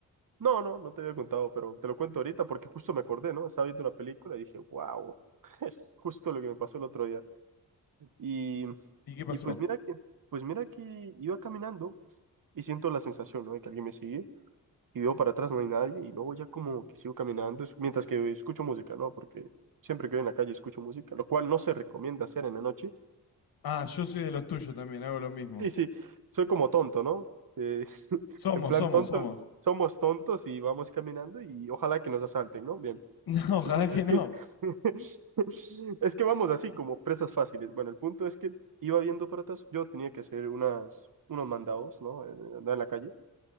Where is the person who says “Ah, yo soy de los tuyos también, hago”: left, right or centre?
Left